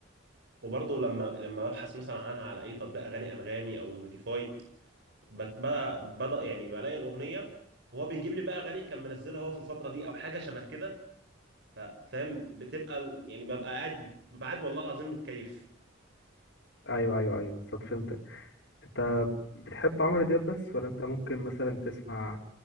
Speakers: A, on the right; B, on the left.
A: وبرضه لما لما ببحث مثلا عنها على اي تطبيق اغاني انغامي او سبوتيفاي بت- ب- بدا يعني بلاقي الاغنيه وهو بيجيب لي بقى اغاني كان منزلها هو في الفتره دي او حاجه شبه كده ف- فاهم بتبقى ال- يعني ببقى قاعد ببقى قاعد والله العظيم متكيف
B: ايوه ايوه ايوه بالظبط فهمتك انت بتحب عمرو دياب بس ولا انت ممكن مثلا تسمع